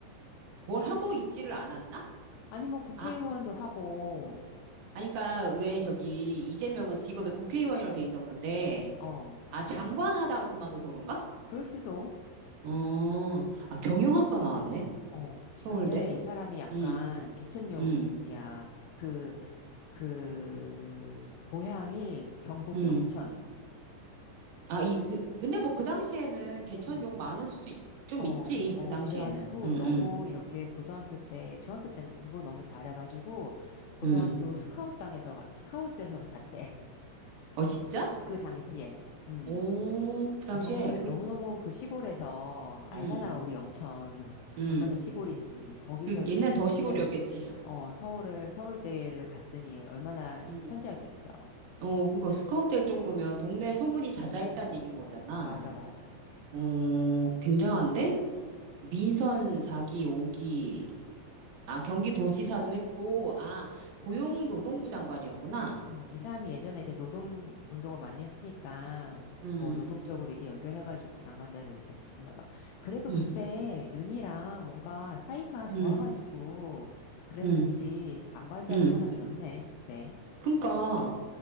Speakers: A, on the right; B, on the left.
A: 뭘 하고 있지를 않았나?
B: 아니, 뭐, 국회의원도
A: 아,
B: 하고,
A: 아니, 그니까 왜 저기 이재명은 직업에 국회의원이라고 돼 있었는데,
B: 어,
A: 아, 장관 하다가 그만둬서 그런가?
B: 그럴 수도,
A: 어,
B: 음,
A: 아, 경영학과 나왔네?
B: 어.
A: 서울대?
B: 근데 이 사람이 약간
A: 응,
B: 개천용이야.
A: 응,
B: 그, 그, 고향이 경북
A: 응.
B: 영천.
A: 아, 이, 그, 근데 뭐 그 당시에는 개천
B: 음.
A: 욕 많을 수도 있- 좀
B: 어,
A: 있지,
B: 어,
A: 그 당시에는.
B: 그래가지고
A: 응,
B: 너무
A: 응,
B: 이렇게 고등학교 때, 중학교 때는 그 공부를 너무 잘해가지고 고등학교
A: 응.
B: 스카웃당에서, 가- 스카웃돼서 갔대. <laughs>
A: 어, 진짜?
B: 그 당시에. 음.
A: 오, 그 당시에,
B: 정말
A: 그,
B: 너무너무 그 시골에서 알잖아,
A: 응,
B: 우리 영천. <laughs>
A: 응.
B: 얼마나 시골인지. 거기서
A: 그
B: 이제
A: 옛날
B: 서울대,
A: 더 시골이었겠지.
B: 어, 서울을, 서울대를 갔으니 얼마나
A: 응.
B: 천재였겠어.
A: 어,
B: 음,
A: 그러니까 스카우트 될 정도면 동네 소문이 자자했다는 얘긴 거잖아.
B: 맞아, 맞아.
A: 어, 굉장한데? 민선 4기, 5기. 아, 경기도지사도 했고, 아, 고용노동부 장관이었구나.
B: 음, 이 사람이 예전에 이제 노동 운동을 많이 했으니까
A: 음,
B: 뭐 노동 쪽으로 이렇게 연결해가지고 장관 자리를 이렇게 줬나 봐. 그래도
A: 음,
B: 그때 윤이랑 뭔가 사이가 좋아가지고
A: 음,
B: 그랬는지
A: 음,
B: 장관 자리
A: 음.
B: 하나 줬네, 그때.
A: 그러니까